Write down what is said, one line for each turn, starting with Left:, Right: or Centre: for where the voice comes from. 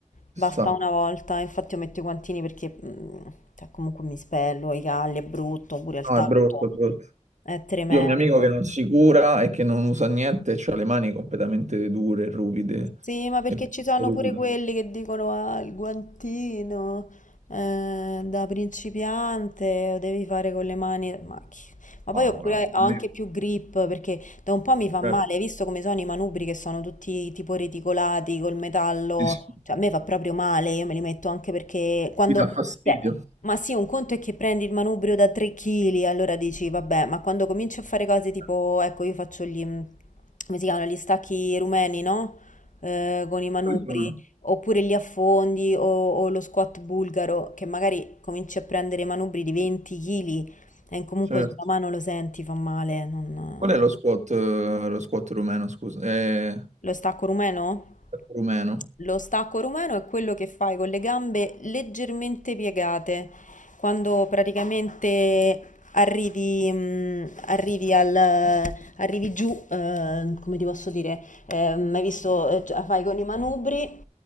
Left: Basta
Right: ci sta.
Left: una volta, infatti io metto i guantini perché mm, cioè, comunque mi spello, i calli è brutto, pure al
Right: No,
Left: tatto,
Right: è brutto, è brutto.
Left: è tremendo.
Right: Io ho un mio amico che non si cura e che non usa niente, e ha le mani completamente dure, ruvide
Left: Sì, ma perché
Right: e
Left: ci sono
Right: assolute.
Left: pure quelli che dicono ah, il guantino eh, da principiante lo devi fare con le mani. Ma, chi- ma poi
Right: Ah,
Left: oppure
Right: guarda,
Left: ho anche
Right: a me
Left: più grip perché da un po' mi fa
Right: certo,
Left: male. Hai visto come sono i manubri che sono tutti tipo reticolati col metallo?
Right: sì, sì,
Left: Cioè, a me fa proprio male. Io me li metto anche perché quando.
Right: mi dà fastidio.
Left: cioè, ma sì, un conto è che prendi il manubrio da 3 kg, allora dici vabbè, ma quando cominci a fare cose tipo,
Right: Eh,
Left: ecco, io faccio gli, come si chiamano, gli stacchi rumeni, no? eh, con i manubri,
Right: Quali sono?
Left: oppure li affondi o, o lo squat bulgaro, che magari cominci a prendere manubri di 20 kg e comunque
Right: Certo.
Left: sulla mano lo senti, fa male. non-
Right: Qual è lo squat, eh, lo squat rumeno, scusa? Eh,
Left: Lo stacco rumeno?
Right: rumeno.
Left: Lo stacco rumeno è quello che fai con le gambe leggermente piegate, quando praticamente arrivi, mm, arrivi al- arrivi giù, eh, come ti posso dire, eh, hai visto, eh, cioè, fai con i manubri,